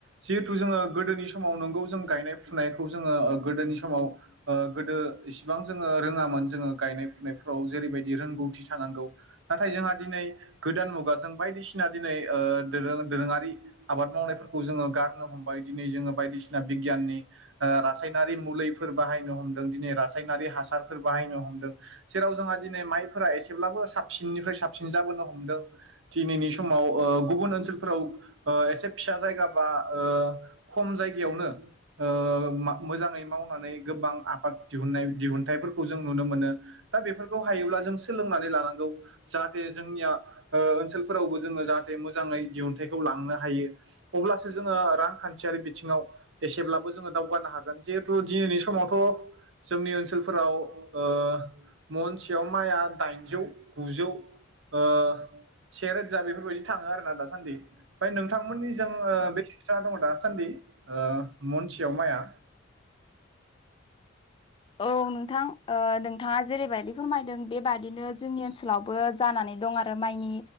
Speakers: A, on the right; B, on the left.
A: जिहेथु जोङो गोदोनि समाव नंगौ जों गायनाय फुनायखौ जोङो गोदोनि समाव ओ गोदो इसिबां जोङो रोङामोन जोङो गायनाय फुनायफ्राव जेरैबायदि रोंगौथि थानांगौ नाथाय जोंहा दिनै गोदान मुगाजों बायदिसिना दिनै ओ दोरों दोरोङारि आबाद मावनायफोरखौ जोङो गारनो हमबाय दिनै जोङो बायदिसिना बिगियाननि ओ रासायनारि मुलिफोर बाहायनो हमदों दिनै रासायनारि हासारफोर बाहायनो हमदों जेराव जोंहा दिनै माइफोरा एसेब्लाबो साबसिननिफ्राय साबसिन जाबोनो हमदों दिनैनि समाव ओ गुबुन ओनसोलफोराव ओ एसे फिसा जायगा बा ओ खम जायगायावनो ओ मा मोजाङै मावनानै गोबां आबाद दिहुननाय दिहुनथाइफोरखौ जों नुनो मोनो। दा बेफोरखौ हायोब्ला जों सोलोंनानै लानांगौ जाहाथे जोंनिया ओ ओनसोलफोरावबो जोङो जाहाथे मोजाङै दिहुनथाइखौ लांनो हायो। अब्लासो जोङो रांखान्थियारि बिथिङाव एसेब्लाबो जोङो दावगानो हागोन जिहेथु दिनैनि समावथ' जोंनि ओनसोलफोराव ओ मनसेयाव माइआ दाइनजौ गुजौ ओ सेेरोजा बेफोरबायदि थाङो आरो ना दासान्दि ओमफ्राय नोंथांमोननिजों ओ बेसे जाना दङ दासान्दि ओ मनसेयाव माइआ
B: औ नोंथां ओ नोंथाङा जेरैबायदि फोरमायदों बेबादिनो जोंनि ओनसोलावबो जानानै दं आरो माइनि